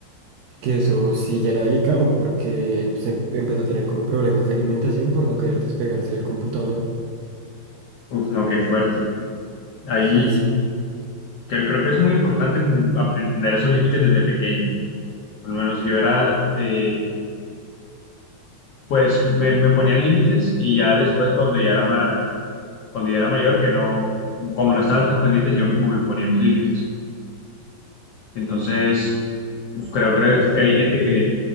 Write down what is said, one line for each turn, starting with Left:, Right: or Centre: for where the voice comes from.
Right: que eso sí ya era delicado porque se em- empezó a tener como problemas de alimentación por no querer despegarse del computador.
Left: Uf, no, qué fuerte. Ahí
Right: Sí, sí.
Left: creo, creo que es muy importante como aprender esos límites desde pequeño. Por lo menos yo era, eh, pues me, me ponían límites y ya después cuando ya era ma- cuando ya era mayor, que no, como no estaban tan pendientes, yo mismo me ponía mis límites. Entonces, uf, creo, creo que hay gente que,